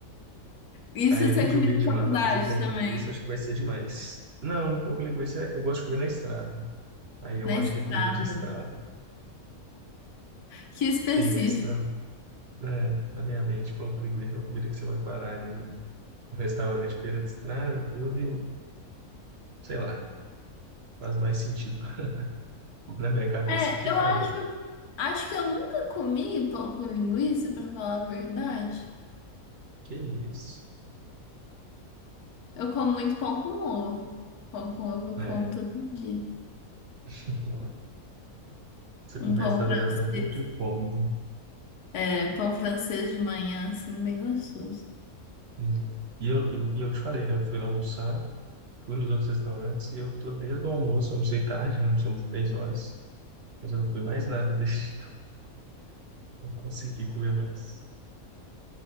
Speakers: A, on the left (about 85°); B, on the right (about 50°).
A: Isso
B: Aí
A: você
B: pedi
A: comia
B: o verde
A: na faculdade
B: mar para fazer pão
A: também,
B: com linguiça, acho que vai ser demais. Não, um pouco de linguiça eu gosto de comer na estrada. Aí eu
A: na
B: acho
A: estrada.
B: que é comida de estrada.
A: Que específico.
B: Tenho isso na, na, na minha mente. Pão com linguiça é a comida que você vai parar ali no restaurante beira de estrada, tudo e, sei lá, faz mais sentido <laughs> na minha cabeça
A: É,
B: do que
A: eu
B: falando.
A: acho, acho que eu nunca comi pão com linguiça, pra falar a verdade.
B: Que isso.
A: Eu como muito pão com ovo. Pão com ovo eu
B: É,
A: como todo dia.
B: <laughs> essa
A: Um
B: conversa
A: pão francês.
B: dela eu tenho um pouco de fome.
A: É, pão francês de manhã, assim, bem gostoso.
B: viu? E eu, eu, e eu te falei, né? Eu fui lá almoçar, fui nos outros restaurantes e eu tô desde o almoço, eu almocei tarde, já almoçamos três horas, mas eu não comi mais nada desde então. <laughs> Não consegui comer mais.